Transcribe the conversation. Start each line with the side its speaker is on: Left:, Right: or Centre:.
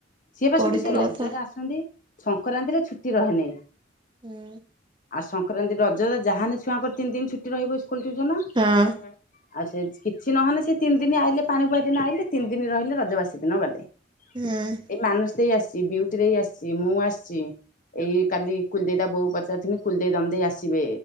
Left: ସିଏ ବା
Right: ପଡିଥିଲା
Left: ସବୁ ସେ ରଜରେ
Right: ତ।
Left: ଆସନ୍ତି ସଂକରାନ୍ତିରେ ଛୁଟି ରହେ ନି।
Right: ହୁଁ
Left: ଆଉ ସଂକରାନ୍ତି, ରଜରେ ଯାହାନେ ଛୁଆଙ୍କର ତିନି ଦିନ ଛୁଟି ରହିବ। <unintelligible>
Right: ହଁ
Left: ଆଉ ସେ କିଛି ନହଲେ ସେ ତିନି ଦିନ ଆଇଲେ ପାଣି ପୁଆ ଦିନ ଆଇଲେ ତିନି ଦିନ ରହିଲେ ରଜବାସୀ ଦିନ ଗଲେ।
Right: ହୁଁ।
Left: ଏଇ ମାନସି ଆସିଛି, ବିଉଟି ଦେଇ ଆସିଚି ମୁଁ ଆସିଚି। ଏଇ କାଲି କୁଲଦେଇ ତା ବୋଉ ପଚାରୁଥିନି କୁଲଦେଇ, ଦନ୍ଦଦେଇ ଦେଇ ଆସିବେ